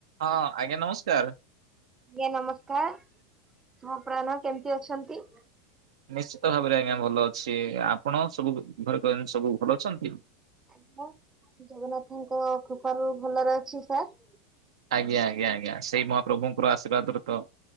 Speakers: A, on the right; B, on the right.
A: ହଁ ଆଜ୍ଞା ନମସ୍କାର
B: ଆଜ୍ଞା ନମସ୍କାର ମୋ ପ୍ରାଣ କେମିତି ଅଛନ୍ତି
A: ନିଶ୍ଚିତ ଭାବରେ ଆଜ୍ଞା ଭଲ ଅଛି ଆପଣ ସବୁ ଘରେ ସବୁ ଭଲ ଅଛନ୍ତି
B: ଆଜ୍ଞା ଜଗନ୍ନାଥଙ୍କ କୃପାରୁୁ ଭଲରେ ଅଛି ସାର୍
A: ଆଜ୍ଞା ଆଜ୍ଞା ଆଜ୍ଞା ସେଇ ମହାପ୍ରଭୁଙ୍କର ଆଶୀର୍ବାଦରେ ତ